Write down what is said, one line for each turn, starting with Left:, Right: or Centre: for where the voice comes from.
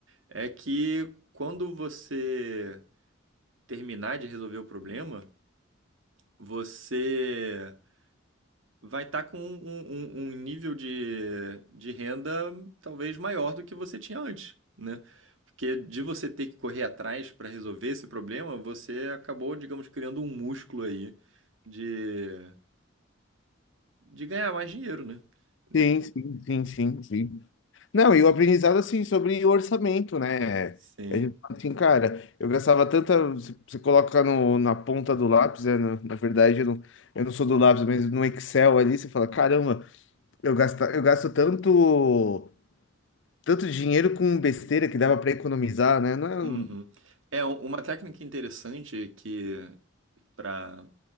Right: é que quando você terminar de resolver o problema, você vai estar com um, um- um um nível de, de renda talvez maior do que você tinha antes, né? Porque de você ter que correr atrás para resolver esse problema, você acabou, digamos, criando um músculo aí de, de ganhar mais dinheiro, né? Ne-
Left: Sim, sim, sim, sim, sim. Não, e o aprendizado, assim, sobre orçamento, né?
Right: Sim.
Left: A gente fala assim, cara, eu gastava tanta. Você você coloca no, na ponta do lápis, né? Na, na verdade, eu não, eu não sou do lápis, mas no Excel ali, você fala, caramba. Eu gasto, eu gasto tanto, tanto dinheiro com besteira que dava para economizar, né? Não
Right: Uhum.
Left: é-
Right: É um- uma técnica interessante que para